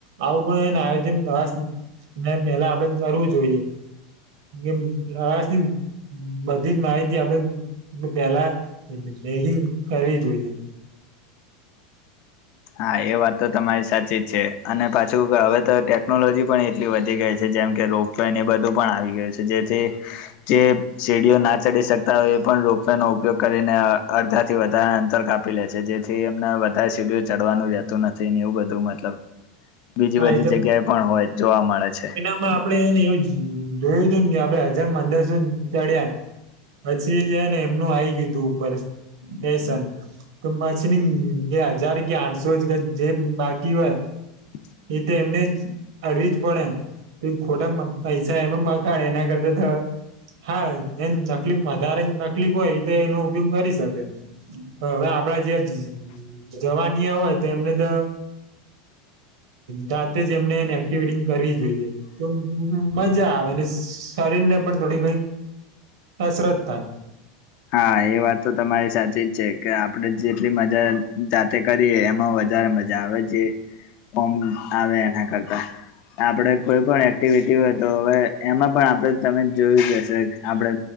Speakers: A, on the right; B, on the left.
A: આવું પણ એને આયોજન પ્રવાસ ને પેલા આપડે કરવું જોઈએ કે પ્રવાસની બધી જ માહિતી આપડે પેલા ભેગી ન કરવી જોઈએ.
B: હા એ વાત તો તમારી સાચી જ છે અને પાછું હવે તો ટેકનોલોજી પણ એટલી વધી ગઈ છે જેમ કે રો તો એને બધું પણ આવી ગયું છે જેથી જે સીડીઓ ના ચડી શકતા હોય એ પણ રોપવેનો ઉપયોગ કરીને અડધાથી વધારે અંતર કાપ કાપી લે છે જેથી એમને વધારે સીડી ચડવાનું જતું નથી એવું બધું મતલબ બીજી
A: હા
B: બધી જગ્યા એ પણ હોય જોવા મળે છે.
A: માં આપડે એને એવું જોયું હતું ને આપડે હજાર અંદર સુધ ચડ્યા. પછી જે ને એમનું આ આય ગયું તું ઉપર સ્ટેશન તો પછીની જે હજાર કે આઠસો કે જે બાકી હોય.
B: <inaudible>
A: એ તો એમને જ અડવી જ પડે. એ ખોટા પૈસા એમાં બગાડે એના કરતા તો હા એ તકલીફ વધારે તકલીફ હોય તો એનો ઉપયોગ કરી શકે હવે આપડા જેવા જવાનીયા હોય તો એમને તો જાતે જ એમને એને એક્ટિવિટીંગ કરવી જોઈએ. તો મજા આવેને શરીર ને પણ થોડી કઈ કસરત થાય.
B: હા એ વાત તો તમારી સાચી જ છે કે આપડે જેટલી મજા જાતે કરી એમાં વધારે મજા આવે જે ઓમ આવે એના કરતા આપણે કોઈ પણ એક્ટિવિટી હોય તો હવે એમાં પણ આપણે તમે જોય હશે. આપણે